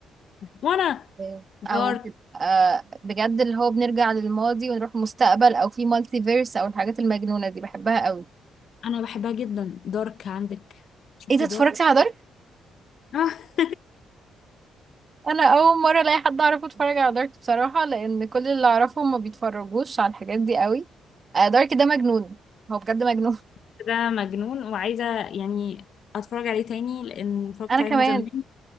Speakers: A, on the left; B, on the right.
A: وانا
B: آه،
A: دارك
B: أو تبقى بجد اللي هو بنرجع للماضي ونروح المستقبل أو في مالتي فيرس أو الحاجات المجنونة دي بحبها قوي
A: انا بحبها جدا دارك عندك شفتي
B: إيه ده اتفرجتي
A: دارك
B: على دارك؟
A: آه.
B: أنا أول مرة ألاقي حد أعرفه اتفرج على دارك بصراحة لأن كل اللي أعرفهم ما بيتفرجوش على الحاجات دي قوي آه، دارك ده مجنون هو بجد مجنون
A: <laughs> ده مجنون وعايزة يعني أتفرج عليه تاني لأن اتفرجت
B: <laughs> أنا
A: عليه
B: كمان
A: من زمان